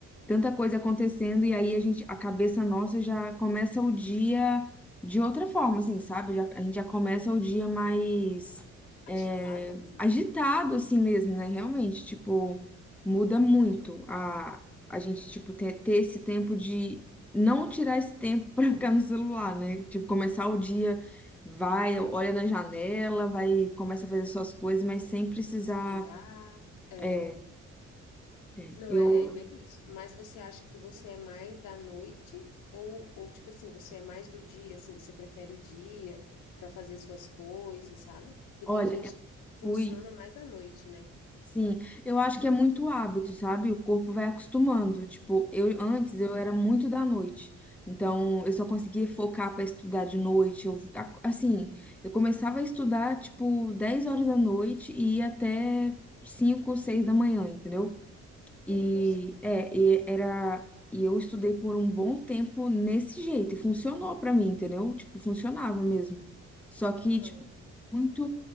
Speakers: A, in the centre; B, on the left.
A: tanta coisa acontecendo, e aí a gente, a cabeça nossa já começa o dia de outra forma, assim, sabe? Já- a gente já começa o dia mais
B: agitada,
A: é,
B: né?
A: agitado, assim mesmo, né? Realmente, tipo, muda muito a, a gente, tipo, ter, ter esse tempo de não tirar esse tempo <laughs> pra ficar no celular, né? Tipo, começar
B: Uhum.
A: o dia, vai, olha na janela, vai, começa a fazer suas coisas, mas sem precisar.
B: Respirar. É.
A: É, é.
B: Não,
A: eu,
B: é, é meio isso. Mas você acha que você é mais da noite? Ou, ou, tipo assim, você é mais do dia, assim, você prefere o dia para fazer suas coisas, sabe? Porque
A: olha,
B: tem gente
A: eu
B: que funciona
A: fui.
B: mais à noite, né?
A: Sim, eu acho que é muito hábito, sabe? O corpo vai acostumando. Tipo, eu
B: Hum.
A: antes eu era muito da noite. Então, eu só conseguia focar para estudar de noite. Eu, a- assim, eu começava a estudar tipo 10 horas da noite e ia até 5, 6 da manhã, entendeu?
B: Meu Deus.
A: E, é, e era, e eu estudei por um bom tempo nesse jeito, e funcionou pra mim, entendeu? Tipo, funcionava mesmo. Só que,
B: Aham.
A: tipo, muito